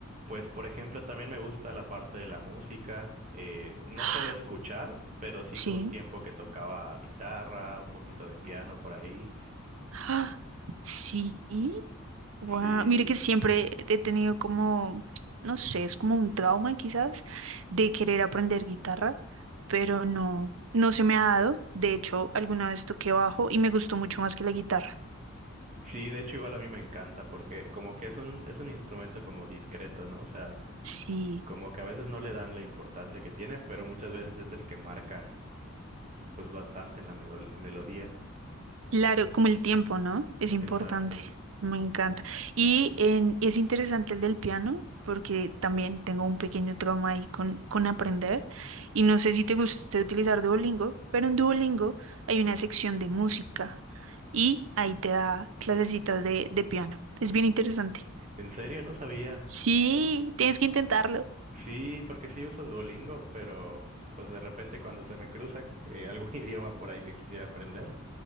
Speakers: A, on the right; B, on the right.
A: Pues, por ejemplo, también me gusta la parte de la música, eh, no
B: <gasps>
A: solo escuchar, pero sí
B: Sí.
A: tuve un tiempo que tocaba guitarra, un poquito de piano por ahí.
B: <gasps> Sí. Guau,
A: Sí,
B: Mire que siempre he tenido como, no sé, es como un trauma quizás de querer aprender guitarra, pero no, no se me ha dado. De hecho, alguna vez toqué bajo y me gustó mucho más que la guitarra.
A: sí, de hecho igual a mí me encanta porque como que es un, es un instrumento como discreto, ¿no? O sea,
B: Sí,
A: como que a veces no le dan la importancia que tiene, pero muchas veces es el que marca pues bastante en la medol- melodía.
B: Claro, como el tiempo, ¿no? Es importante,
A: Exacto.
B: me encanta. Y en- es interesante el del piano, porque también tengo un pequeño trauma ahí con, con aprender. Y no sé si te gusta utilizar Duolingo, pero en Duolingo hay una sección de música y ahí te da clasecitas de, de piano. Es bien interesante.
A: En serio, no sabía.
B: Sí, tienes que intentarlo.
A: Sí, porque sí uso Duolingo, pero pues de repente cuando se me cruza eh, algún <laughs> idioma por ahí que quisiera aprender,